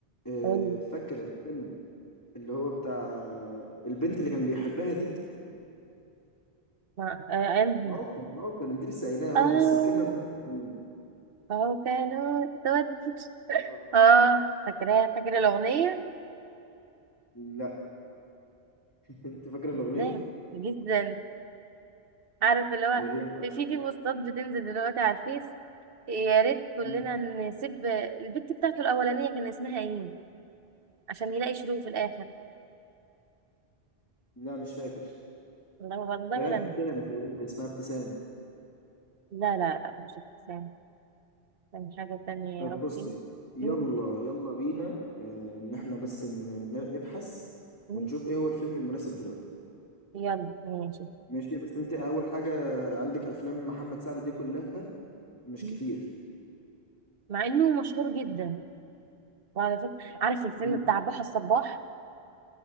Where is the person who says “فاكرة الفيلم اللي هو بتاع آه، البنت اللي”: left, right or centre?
Left